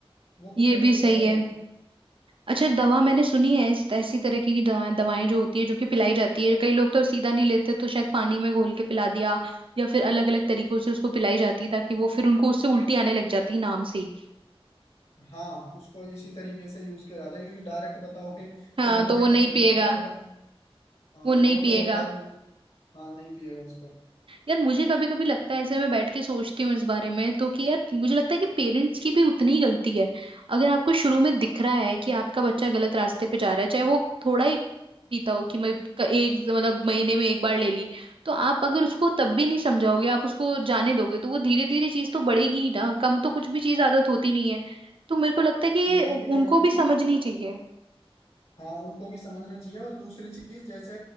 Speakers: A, on the left; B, on the right.
A: वो कुछ
B: ये
A: ऐसी
B: भी सही
A: दवा
B: है
A: होती है
B: अच्छा दवा मैंने सुनी है इस ऐसी तरह की कि दवाएं दवाएं जो होती है जो कि पिलाई जाती है कई लोग तो सीधा नहीं लेते तो शायद पानी में घोल के पिला दिया या फिर अलग अलग तरीकों से उसको पिलाई जाती है ताकि वो फिर उनको उससे उल्टी आने लग जाती है नाम से ही
A: हाँ उसको इसी तरीके से यूज किया जाता है क्योंकि डायरेक्ट बताओगे
B: हाँ
A: तो बंदे
B: तो वो नहीं
A: को बुरा
B: पिएगा
A: लग जाएगा हाँ
B: वो नहीं
A: वो
B: पिएगा
A: तो और ज्यादा हाँ नहीं पिएगा उसको
B: यार मुझे कभी कभी लगता है ऐसे मैं बैठ के सोचती हूँ इस बारे में तो कि यार मुझे लगता है कि पेरेंट्स की भी उतनी ही गलती है अगर आपको शुरू में दिख रहा है कि आपका बच्चा गलत रास्ते पे जा रहा है चाहे वो थोड़ा ही पीता हो कि मैं क- एक मतलब महीने में एक बार ले ली तो आप अगर उसको तब भी नहीं समझाओगे आप उसको जाने दोगे तो वो धीरे धीरे चीज तो बढ़ेगी ही ना कम तो कुछ भी चीज आदत होती नहीं है तो मेरे को लगता है कि ये
A: चीज
B: उ-
A: भी
B: उनको
A: बढ़ेगी
B: भी समझनी चाहिए
A: हाँ उनको भी समझना चाहिए और दूसरी चीज जैसे